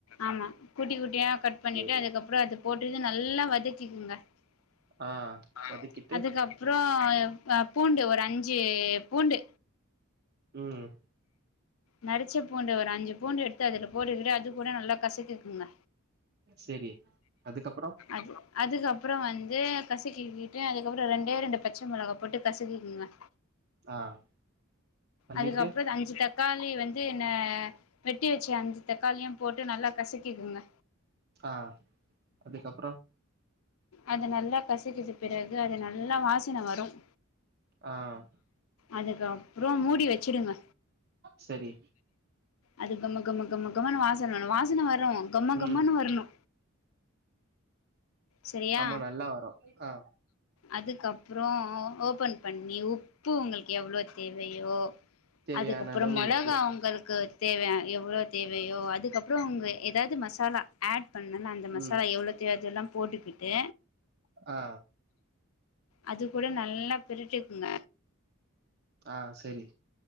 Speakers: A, on the left (about 80°); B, on the right (about 50°).
A: ஆமா குட்டி குட்டியா கட் பண்ணிட்டு
B: சேரி
A: அதுக்கப்புறோ <unintelligible> நல்லா வச் <unintelligible>
B: ஆ வதக்கிட்டு
A: அதுக்கப்ரோ ஆஹ் பூண்டு ஒரு அஞ்சு பூண்டு
B: உம்
A: நரிச்ச பூண்டு ஒரு அஞ்சுப் பூண்டு எடுத்த அதுல <unintelligible> அது கூட நல்லா கசக்கிகுங்க
B: செரி அதுக்கப்றோ
A: அது அதுக்கப் அப்புறம் வந்து கக்கிட்டு அது கூட ரெண்டே ரெண்டு பச்ச மிளகா போட்டு கசக்கி உம்
B: ஆஹ் பண்ணிட்டு
A: அதுக்கப்புறோ அஞ்சு தக்காளி வந்து என்ன வெட்டி வச்சு அந்த தக்காளியும் போட்டு நல்லா கசக்கிக்குங்க
B: ஆஹ் அதுக்கப்புறம்
A: அது நல்லா கசிக்குது பிறகு அது நல்லா வாசின வரும்
B: ஆஹ்
A: அதுக்கு அப்புறம் மூடி வச்சுடுங்க
B: சரி
A: அது கம கம கம கமான் வாசன் வனு வாசன வரு கம
B: ம்
A: கமனு வரணு சரியா
B: ஆமா நல்லா வரு ஆ
A: அதுக்கப்றோ ஓபன் பண்ணி உப்பு உங்கள்க்கு எவ்ளோ தேவையோ
B: தேவையான
A: அதுக்கப்றொ
B: அளவு
A: மொளகா
B: உப்பு
A: உங்களுக்கு தேவைையான் எவ்ளோ தேவையோ அதுக்கப்றொ உங்க ஏதாவது மசாலா ஆட் பண்ணுன் அந்த மசாலா
B: ம்
A: எவ்ளோ தேவயாசெல்லம் போட்டுகிட்டு
B: ஆ
A: அது கூட நல்லா பிரிட்டுக்ங்க
B: ஆஹ் செரி